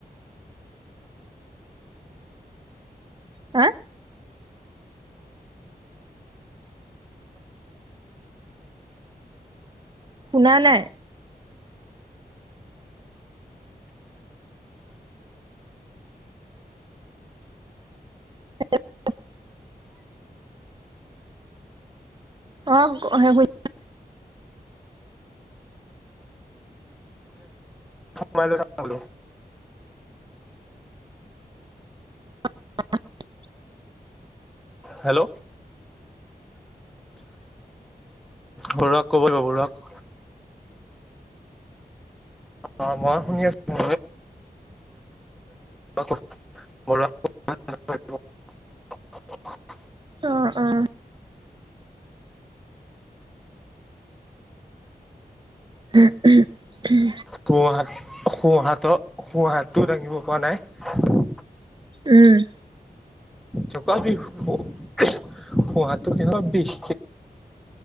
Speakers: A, on the right; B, in the centre.
A: হা শুনা নাই। হ <inaudible> অ সেই
B: মল।
A: অ।
B: হেল্ল' বৰা ক'ব যৌ ৰক অ মই শুনি আছো। <unintelligible> <unintelligible>
A: অ অ। হ উ উম।
B: সোঁ-হাত সোঁ-হাতৰ সোঁ-হাতটোও দাঙিব পৰা নাই।
A: উম।
B: থুৱ বিষ হহাটো কেনেকুৱা বিষ।